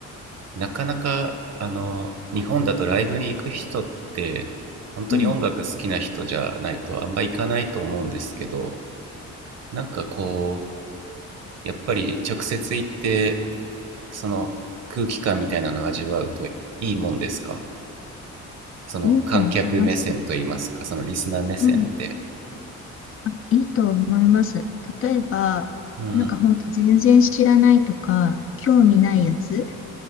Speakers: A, on the right; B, on the left.
A: なかなか、あの、日本だとライブに行く人って、本当に音楽好きな人じゃないとあんま行かないと思うんですけど、
B: うん、
A: なんかこう、やっぱり直接行って、その空気感みたいなのを味わうといいもんですかその観客目線といいますかそのリスナー目線で、
B: いいと思います。うん、あ、いいと思います。例えば、
A: うん、
B: なんか本当全然知らないとか、興味ないやつ、